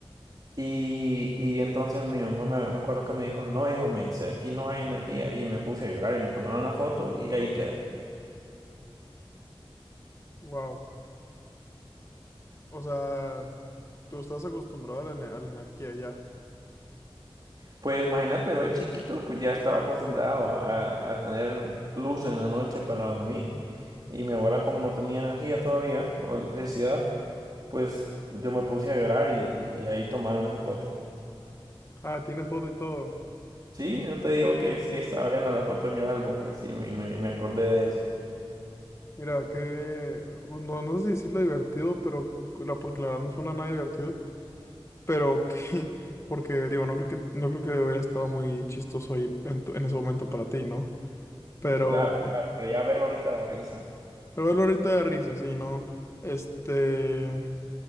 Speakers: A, on the right; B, on the left.
A: Y, y entonces mi mamá me, me acuerdo que me dijo, no hijo, me dice, aquí no hay energía y me puse a llorar y me tomaron una foto y ahí quedé.
B: wow. O sea, Tú estás acostumbrado a la, ene- a la energía ya.
A: Pues imagínate, yo de chiquito pues ya estaba acostumbrado a, a tener luz en la noche para dormir y mi abuela como no tenía energía todavía o electricidad, pues yo me puse a llorar y, y ahí tomaron esa foto.
B: Ah, tienes foto y todo.
A: Sí, no te digo que es que estaba viendo la foto en el álbum, pues sí, me, me, me acordé de eso.
B: Mira, que... pues, No, no sé si decirlo divertido, pero... la- Porque la verdad no suena nada divertido. Pero que... <laughs> Porque, digo, no creo que, no creo que hubiera estado muy chistoso ahí en, tu- en ese momento para ti, ¿no? Pero...
A: Claro, claro, pero ya verlo ahorita da risa.
B: Pero verlo ahorita de risa, sí, ¿no? Este...